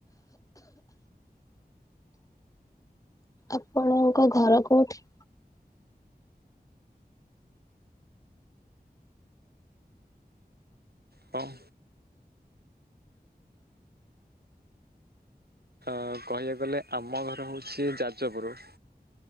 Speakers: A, on the left; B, on the right.
A: ଆପଣଙ୍କ ଘର କୋଉଠି?
B: ହଁ। ଆଉ କହିବାକୁ ଗଲେ ଆମ ଘର ହୋଉଛି ଯାଜପୁର।